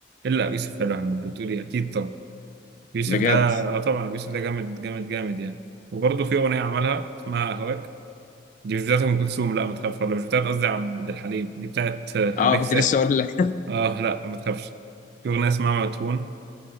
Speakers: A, on the right; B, on the left.
A: الا ابي يوسف حلوه يعني، انت بتقولي اكيد طب ابي يوسف
B: بجد
A: ده اه طبعا ابي يوسف ده جامد جامد جامد يعني وبرضه في اغنيه عملها اسمها اهواك دي مش بتاعت ام كلثوم لا ما تخافش ولا مش بتاعت قصدي عبد الحليم دي بتاعت <laughs> آه،
B: اه
A: بيك
B: كنت
A: سام
B: لسه اقول لك
A: اه لا ما تخافش في اغنيه اسمها مدفون